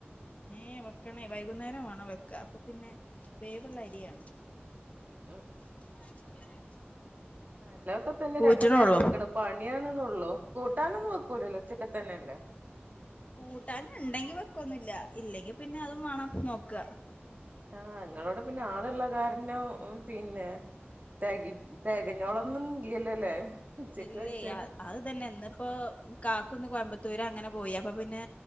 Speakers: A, on the left (about 35°); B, on the right (about 45°).
A: ഏ വെക്കണേ വൈകുന്നേരം വാണം വെക്ക അപ്പൊ പിന്നെ വേവുള്ള അരിയാണ്.
B: ഉം
A: <unintelligible>
B: നല്ലതൊക്കെതന്നെ
A: ഊറ്റണൊള്ളൂ
B: രണ്ടു നേരം വെക്കണ പണിയണെന്നള്ളു. കൂട്ടാനന്നും വെക്കൂലല്ലോ ഉച്ചക്കത്തന്നെല്ലേ?
A: കൂട്ടാനണ്ടെങ്കി വെക്കൊന്നുല്ല ഇല്ലെങ്കി പിന്നെ അതും വേണം നോക്ക.
B: ആഹ് ഇങ്ങളോടെ പിന്നെ ആളുള്ള പിന്നെ തെകി തെകഞ്ഞോളൊന്നും ഇല്ലല്ലോല്ലേ ഉച്ചക്ക്
A: ഇല്ല
B: വെച്ചാല്
A: അത് തന്നെ ഇന്നിപ്പോ കാക്കുന്ന് കോയമ്പ ത്തൂര അങ്ങനെ പോയി അപ്പൊ പിന്നെ